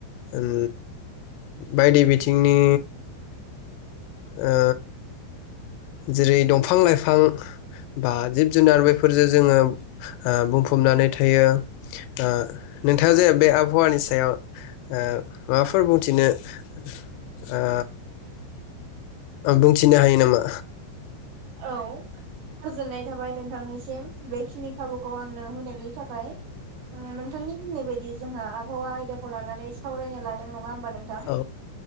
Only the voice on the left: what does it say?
ओम बायदि बिथिंनि ओ जेरै द दंफां लाइफां बा जिब जुनार बेफोरजों जोंङो ओ बुंफबनानै थायो नोंथाङा जे बे आबहावानि सायाव ओ माबाफोर बुंथिनो ओ बुंथिनो हायो नामा?
औ